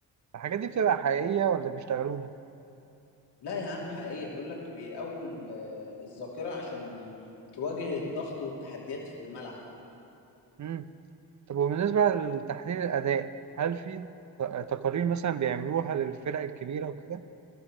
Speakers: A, on the right; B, on the left.
A: الحاجات دي بتبقى حقيقية ولا بيشتغلوها؟
B: لا يا عم حقيقية بيقول لك بيقوي الذاكرة عشان تواجه الضغط والتحديات في الملعب
A: مم. طب وبالنسبة لتحليل الأداء، هل في ت- تقارير مثلا بيعملوها للفرق الكبيرة وكده؟